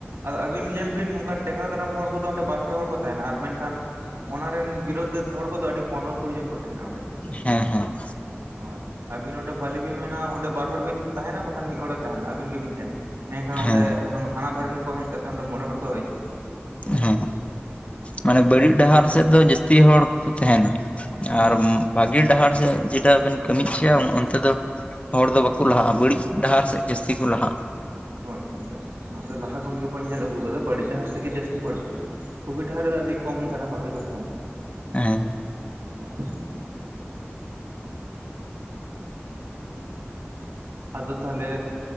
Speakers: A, on the right; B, on the left.
A: ᱟᱫᱚ ᱟᱹᱵᱤᱱ ᱧᱮᱞ ᱵᱤᱱ ᱚᱱᱠᱟᱱ ᱴᱮᱠᱟᱣ ᱫᱟᱨᱟᱢ ᱦᱚᱲ ᱠᱚᱫᱚ ᱚᱸᱰᱮ ᱵᱟᱨ ᱯᱮ ᱦᱚᱲ ᱠᱚ ᱛᱟᱦᱮᱱᱟ ᱟᱨ ᱢᱮᱱᱠᱷᱟᱱ, ᱚᱱᱟ ᱨᱮᱱ ᱵᱤᱨᱳᱫᱮᱛ ᱦᱚᱲ ᱠᱚᱫᱚ ᱟᱹᱰᱤ ᱯᱚᱱᱨᱚ ᱠᱩᱲᱤ ᱡᱚᱱ ᱠᱚ ᱛᱟᱦᱮᱱᱟ ᱚᱸᱰᱮ᱾
B: ᱦᱮᱸ ᱦᱮᱸ,
A: ᱦᱳᱭ ᱟᱹᱵᱤᱱ ᱚᱸᱰᱮ ᱵᱷᱟᱞᱤ ᱵᱤᱱ ᱢᱮᱱᱟ ᱚᱸᱰᱮ ᱵᱟᱨ ᱦᱚᱲ ᱵᱤᱱ ᱛᱟᱦᱮᱱᱟ ᱵᱟᱠᱷᱟᱱ ᱢᱤᱫ ᱦᱚᱲᱮ ᱛᱟᱦᱮᱱᱟ ᱟᱹᱵᱤᱱ ᱜᱮᱵᱤᱱ ᱛᱟᱦᱮᱱᱟ᱾ ᱢᱮᱱᱠᱷᱟᱱ
B: ᱦᱮᱸ
A: ᱚᱸᱰᱮ ᱦᱟᱱᱟ ᱫᱷᱟᱨᱮᱱ ᱠᱚ ᱦᱮᱡ ᱠᱟᱛᱮ ᱚᱸᱰᱮ ᱢᱚᱬᱮ ᱦᱚᱲ ᱠᱚ ᱦᱤᱡᱩᱜᱼᱟ᱾
B: ᱦᱮᱸ ᱢᱟᱱᱮ ᱵᱟᱹᱲᱤᱡ ᱰᱟᱦᱟᱨ ᱥᱮᱫ ᱫᱚ ᱡᱟᱹᱥᱛᱤ ᱦᱚᱲ ᱠᱚ ᱛᱟᱦᱮᱱᱟ᱾
A: ᱦᱩᱸ
B: ᱟᱨ ᱵᱷᱟᱹᱜᱮ ᱰᱟᱦᱟᱨ ᱥᱮᱫ ᱡᱮᱴᱟ ᱵᱮᱱ ᱠᱟᱹᱢᱤ ᱦᱚᱪᱚᱭᱟ ᱚᱱᱛᱮ ᱫᱚ, ᱦᱚᱲ ᱫᱚ ᱵᱟᱠᱚ ᱞᱟᱦᱟᱜᱼᱟ ᱵᱟᱹᱲᱤᱡ ᱰᱟᱦᱟᱨ ᱥᱮᱫ ᱡᱟᱹᱥᱛᱤ ᱠᱚ ᱞᱟᱦᱟᱜᱼᱟ᱾
A: ᱦᱳᱭ ᱦᱳᱭ ᱚᱱᱟᱫᱚ ᱞᱟᱦᱟ ᱠᱷᱚᱱ ᱜᱮᱵᱚᱱ ᱧᱮᱞ ᱟᱹᱜᱩ ᱠᱟᱫᱟ ᱵᱟᱹᱲᱤᱡ ᱰᱟᱦᱟᱨ ᱥᱮᱫ ᱜᱮ ᱡᱟᱹᱥᱛᱤ ᱦᱚᱲ ᱫᱚ ᱵᱩᱜᱤ ᱰᱟᱦᱟᱨ ᱨᱮᱫᱚ ᱟᱹᱰᱤ ᱠᱚᱢ ᱫᱷᱟᱨᱟ ᱦᱚᱲ ᱜᱮᱠᱚ ᱛᱟᱦᱮᱱᱟ᱾
B: ᱦᱮᱸ᱾
A: ᱦᱳᱭ᱾ ᱟᱫᱚ ᱛᱟᱦᱚᱞᱮ